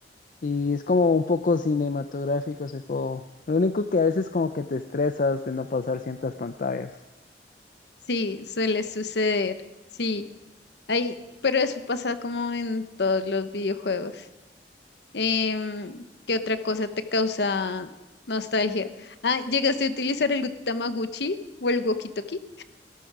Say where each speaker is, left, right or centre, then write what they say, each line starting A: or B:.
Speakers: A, on the left (about 50°); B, on the left (about 65°).
A: y es como un poco cinematográfico ese juego. Lo único que a veces como que te estresas de no pasar ciertas pantallas.
B: sí, suele suceder. Sí, Ay, pero eso pasa como en todos los videojuegos. Em, ¿qué otra cosa te causa nostalgia? Ah, ¿llegaste a utilizar el Tamaguchi o el walkie-talkie?